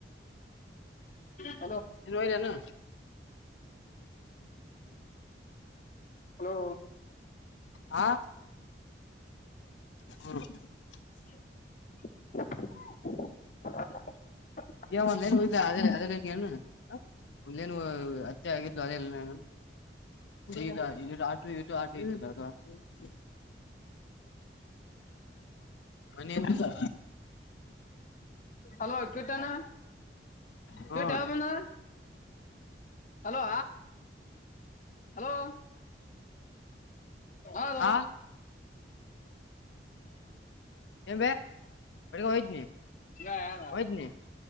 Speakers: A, on the left; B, on the left.
A: ಹ
B: ನೀ ಹೋದೆನು
A: ಹಲೋ
B: ಹಾ ಹ
A: ಹ
B: ಈ ಒಂದ ಏನು ಅ ಅದ್ರ ಏನು ಅಂದೇನು ಅತ್ತೆ ಆಗಿದ್ಲು ಅದೆೇಲ್ಲನು ಇದು ಹಲ್ಟಿಕೆಟ್ ಅದು ಹಲ್ಟಿಕೆಟ್ ಮನೆ ಎತ
A: ಹಲೋ ಕೀಟನ್
B: ಹ್ಮ
A: ಕಿಟ್ಟ ಯಾವಾಗ ಬಂದನ ಹಲೋ ಹಲೋ ಹಲೋ
B: ಹಾ ಏನ್ ಬೆ ಬೆಳಿಗ್ಗೆ ಹೋಯ್ದ್ನಿ
A: ಗ ಯಾರ
B: ಹೋಯ್ದ್ನಿ